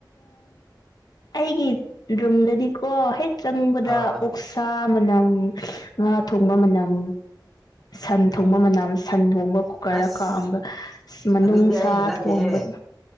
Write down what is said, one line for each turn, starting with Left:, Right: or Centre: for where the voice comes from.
Left: ꯑꯩꯒꯤ ꯔꯨꯝꯗꯗꯤꯀꯣ ꯍꯦꯛ ꯆꯪꯕꯗ
Centre: ꯑꯥ
Left: ꯑꯣꯛꯁꯥ ꯃꯅꯝ ꯉꯥ ꯊꯣꯡꯕ ꯃꯅꯝ ꯁꯟ ꯊꯣꯡꯕ
Centre: ꯎꯝ
Left: ꯃꯅꯝ ꯁꯟ ꯊꯣꯡꯕ ꯀꯨꯀꯔꯗ
Centre: ꯑꯁ
Left: ꯀꯥꯝꯕ ꯃꯅꯨꯡꯁ
Centre: ꯑꯗꯨꯗꯤ ꯑꯩ ꯍꯩꯅꯗꯦꯍꯦ
Left: ꯊꯣꯡꯕꯗꯣ